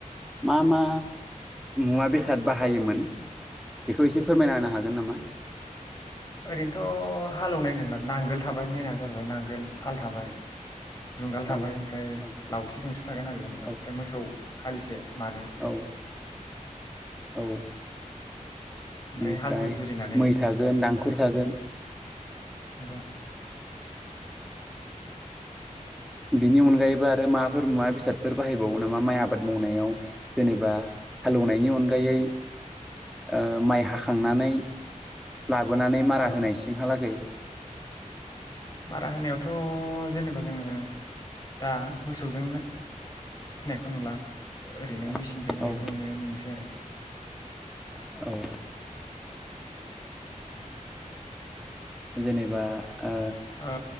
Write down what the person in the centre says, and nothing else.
मा मा मुवा बेसाद बाहायोमोन बेखौ एसे फोरमायलांनो हागोन नामा।
औ
औ
औ
औ औ।
बेनिफ्राय
मै थागोन दांखुर थागोन।
बिनि अनगायैबो आरो माबाफोर मुवा बेसादफोर बाहायबावो नामा माइ आबाद मावनायाव जेनेबा हालेवनायनि अनगायै ओ माइ हाखांनानै ला। लाबोनानै मारा
होनायसिमहालागै।
औ
औ। जेनेबा। ओ